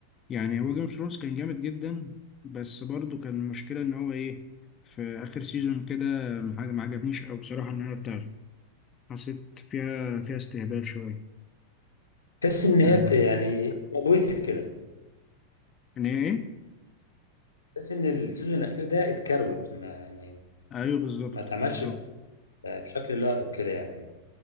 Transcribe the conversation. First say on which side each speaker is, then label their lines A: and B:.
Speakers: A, on the left; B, on the left.
A: يعني هو جيم اوف ثرونز كان جامد جدا بس برضه كان المشكلة ان هو ايه في اخر سيزون كده حاجة ما عجبنيش قوي بصراحة النهاية بتاعته حسيت فيها فيها استهبال شوية
B: تحس ان هي
A: آه.
B: ت- يعني اتكروتت كده
A: ان هي ايه
B: تحس ان السيزون الاخير ده اتكروت ما يعني
A: ايوه بالظبط
B: ما اتعملش
A: بالظبط
B: بشكل لائق كده يعني